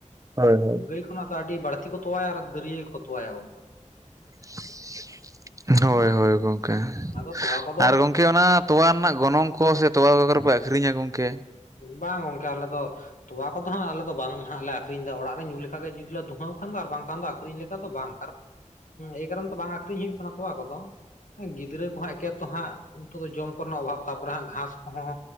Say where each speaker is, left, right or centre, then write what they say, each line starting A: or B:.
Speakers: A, on the right; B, on the left.
A: ᱦᱳᱭ ᱦᱳᱭ
B: ᱜᱟᱹᱭ ᱠᱷᱚᱱᱟᱜ ᱫᱚ ᱟᱹᱰᱤ ᱵᱟᱹᱲᱛᱤ ᱠᱚ ᱛᱚᱣᱟᱭᱟ ᱟᱨ ᱫᱟᱹᱨᱭᱟᱹ ᱜᱮ ᱠᱚ ᱛᱚᱣᱟᱭᱟ ᱜᱚᱢᱠᱮ ᱾
A: <unintelligible> ᱦᱳᱭ
B: ᱦᱮᱸ
A: ᱦᱳᱭ ᱜᱚᱝᱠᱮ <unintelligible>
B: ᱟᱫᱚ ᱛᱚᱣᱟ ᱠᱚᱫᱚ
A: ᱟᱨ ᱜᱚᱝᱠᱮ ᱚᱱᱟ ᱛᱚᱣᱟ ᱨᱮᱱᱟᱜ ᱜᱚᱱᱚᱝ ᱠᱚ ᱥᱮ ᱛᱚᱣᱟ ᱠᱚ ᱚᱠᱟᱨᱮᱯᱮ ᱟᱠᱷᱨᱤᱧᱟ ᱜᱚᱝᱠᱮ
B: ᱵᱟᱝ ᱜᱚᱝᱠᱮ ᱟᱞᱮ ᱫᱚ ᱛᱚᱣᱟ ᱠᱚᱫᱚ ᱦᱟᱸᱜ ᱟᱞᱮ ᱫᱚ ᱵᱟᱝ ᱦᱟᱸᱜ ᱞᱮ ᱟᱠᱷᱨᱤᱧ ᱮᱫᱟ ᱚᱲᱟᱜ ᱨᱮ ᱧᱩ ᱞᱮᱠᱷᱟ ᱜᱮ ᱡᱩᱫᱤ ᱞᱮ ᱫᱩᱠ, ᱦᱚᱭ ᱠᱷᱟᱱ ᱫᱚ ᱵᱟᱝᱠᱷᱟᱱ ᱫᱚ ᱟᱠᱷᱨᱤᱧ ᱞᱮᱠᱟ ᱫᱚ ᱵᱟᱝ ᱮᱭ ᱠᱟᱨᱚᱱ ᱛᱮ ᱵᱟᱝ ᱟᱠᱷᱨᱤᱧ ᱦᱩᱭᱩᱜ ᱠᱟᱱᱟ ᱛᱚᱣᱟ ᱠᱚᱫᱚ ᱜᱤᱫᱽᱨᱟᱹ ᱠᱚ ᱮᱠᱮᱛᱚ ᱦᱟᱸᱜ ᱱᱤᱛᱚᱜ ᱫᱚ ᱡᱚᱢ ᱠᱚᱨᱮᱱᱟᱜ ᱚᱵᱷᱟᱵᱽ ᱛᱟᱯᱚᱨᱮ ᱦᱟᱸᱜ ᱜᱷᱟᱸᱥ ᱠᱚᱦᱚᱸ